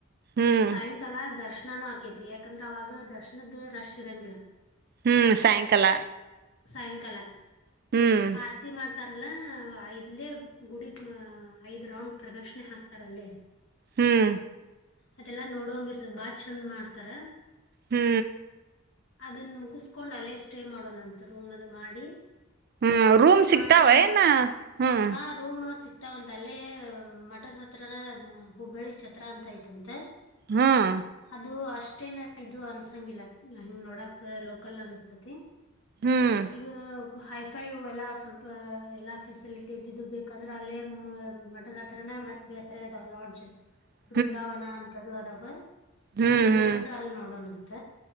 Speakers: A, on the right; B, on the left.
A: ಹ್ಮ್
B: ಸಾಯಂಕ ಕಲಾ ದರ್ಶನ ಆಕೈತಿ ಯಾಕಂದ್ರ ಅವಾಗ ದರ್ಶನದ ರಶ್ ಇರಂಗಿಲ್ಲ.
A: ಹ್ಮು ಸಾಯಂಕಾಲ.
B: ಸಾಯಂಕಾಲ
A: ಹ್ಮು
B: ಆರತಿ ಮಾಡ್ತಾರಲ್ಲ ಐದ್ಲೆ ಗುಡಿ ಅ ಐದ್ ರೌಂಡ್ ಪ್ರದಕ್ಷಿಣೆ ಹಾಕ್ತಾರಲ್ಲೇ.
A: ಹ್ಮು
B: ಅದೆಲ್ಲಾ ನೋಡಂಗ ಇರ್ತದ ಬಾಳ್ ಚಂದ್ ಮಾಡ್ತಾರ.
A: ಹ್ಮು
B: ಅದನ್ನ ಮುಗಿಸ್ಕೊಂಡು ಅಲ್ಲೇ ಸ್ಟೇ ಮಾಡೋಣಂತ ರೂಮ್ ಅದು ಮಾಡಿ.
A: ಹ್ಮ್
B: ಸ್ಟೇ
A: ರೂಮ್ ಸಿಗ್ತಾವ
B: ಮಾಡಿ ಆಮೆ
A: ಏನ ಹ್ಮ್
B: ಹಾ ರೂಮ್ ಸಿಕ್ತಾವಂತ ಅಲ್ಲೆ ಮಠದ ಹತ್ರನ ಹುಬ್ಬಳ್ಳಿ ಚತ್ರ ಅಂತ ಐತಂತೆ.
A: ಹ್ಮ್
B: ಅದು ಅಷ್ಟೇನ ಇದು ಅನ್ಸಂಗಿಲ್ಲ ಹಿಂಗ್ ನೋಡಕ್ ಲೋಕಲ್ ಅನಸ್ತೈತಿ
A: ಹ್ಮ್
B: ಈಗ ಹಯ್ ಫೈ ಅವು ಎಲ್ಲ ಸ್ವಲ್ಪ ಎಲ್ಲ ಫೆಸಿಲಿಟಿ ಇದ್ದಿದ್ದು ಬೇಕಂದ್ರೆ ಅಲ್ಲೇ ಮ ಮಠದ ಹತ್ರನ ಮತ್ತ ಬ್ಯಾರೆ ಅದಾವ ಲಾಡ್ಜ್.
A: <inaudible>
B: ಬೃಂದಾವನ ಅಂತ ಅದು ಅದಾವ
A: ಹ್ಮ್
B: ಅಲ್ಲಿ
A: ಹ್ಮ್
B: ಬೇಕಂದ್ರೆ ಅಲ್ಲಿ ನೋಡೋಣಂತ.